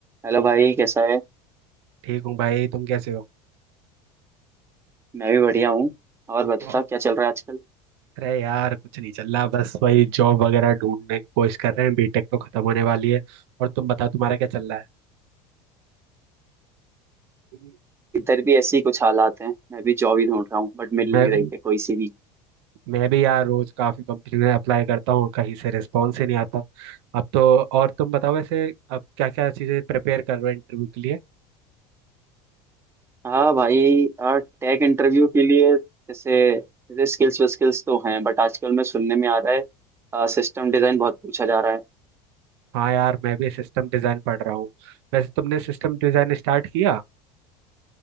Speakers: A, on the right (about 20°); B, on the right (about 75°).
A: Hello भाई कैसा है
B: ठीक हूँ भाई तुम कैसे हो
A: मैं भी बढ़िया हूँ और बता
B: और-
A: क्या चल रहा है आजकल
B: अरे यार कुछ नहीं चल रहा बस वही जॉब वगैरह ढूंढने की कोशिश कर रहे हैं बीटेक तो खत्म होने वाली है और तुम बताओ तुम्हारा क्या चल रहा है
A: इधर भी ऐसे ही कुछ हालात हैं मैं भी जॉब ही ढूंढ रहा हूँ बट
B: मैं
A: मिल नहीं रही है कोई सी भी
B: मैं भी यार रोज काफी कंपनी में अप्लाई करता हूँ कहीं से रिस्पॉन्स ही नहीं आता अब तो और तुम बताओ वैसे अब क्या क्या चीजें प्रिपेयर कर रहे हो इंटरव्यू के लिए
A: हाँ भाई और टेक इंटरव्यू के लिए जैसे जैसे स्किल्स स्किल्स तो हैं बट आजकल मैं सुनने में आ रहा है सिस्टम डिजाइन बहुत पूछा जा रहा है
B: हाँ यार मैं भी सिस्टम डिजाइन पढ़ रहा हूँ वैसे तुमने सिस्टम डिजाइन स्टार्ट किया